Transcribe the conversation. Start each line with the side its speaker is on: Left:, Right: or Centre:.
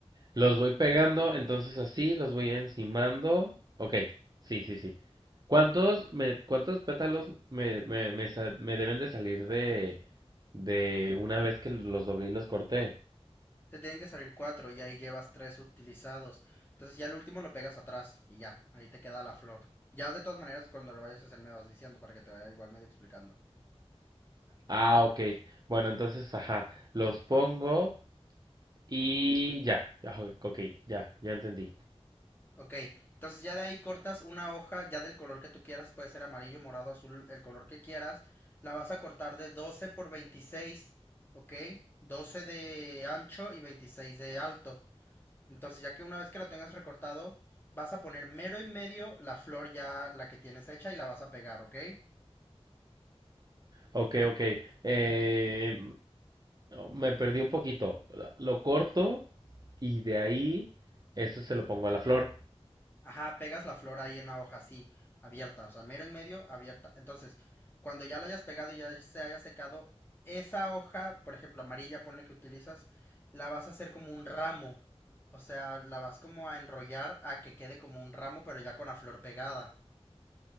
Right: Los voy pegando, entonces así, los voy encimando. Ok, sí, sí, sí. ¿Cuántos, me, cuántos pétalos me, me, me, sa- me deben de salir de, de una vez que los doblé y los corté?
Left: Te tienen que salir cuatro y ahí llevas tres utilizados. Entonces ya el último lo pegas atrás y ya, ahí te queda la flor. Ya de todas maneras, cuando lo vayas a hacer me vas diciendo para que te vaya igual medio explicando.
Right: Ah, ok. Bueno, entonces, ajá, los pongo y ya. Ya, Ok, ya, ya entendí.
Left: Ok, entonces ya de ahí cortas una hoja, ya del color que tú quieras, puede ser amarillo, morado, azul, el color que quieras. La vas a cortar de 12 por 26, ok, 12 de ancho y 26 de alto. Entonces ya que una vez que lo tengas recortado, vas a poner mero en medio la flor ya, la que tienes hecha y la vas a pegar, ok.
Right: Ok, ok. Eh, me perdí un poquito. Lo corto y de ahí, eso se lo pongo a la flor.
Left: Ajá, pegas la flor ahí en la hoja, así, abierta, o sea, mero en medio, abierta. Entonces, cuando ya lo hayas pegado y ya se haya secado, esa hoja, por ejemplo, amarilla, ponle que utilizas, la vas a hacer como un ramo. O sea, la vas como a enrollar a que quede como un ramo, pero ya con la flor pegada.